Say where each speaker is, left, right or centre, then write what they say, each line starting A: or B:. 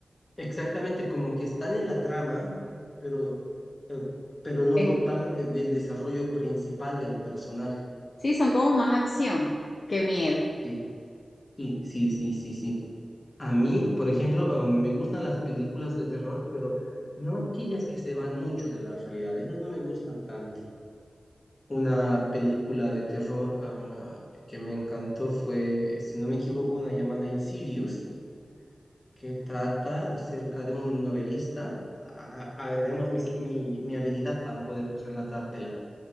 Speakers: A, on the left; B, on the left.
A: Exactamente, como que están en la trama, pero, eh, pero no
B: Es-
A: son parte de- del desarrollo principal del personaje.
B: sí, son como más acción que miedo.
A: Sí, sí, sí, sí, sí, sí. A mí, por ejemplo, eh, me gustan las películas de terror, pero no aquellas que se van mucho de la realidad. Esas no me gustan tanto. Una película de terror, ah, que me encantó fue, si no me equivoco, una llamada Insidious que trata acerca de un novelista. A, a- a ver, veamos mi, mi- mi habilidad para poder relatártela.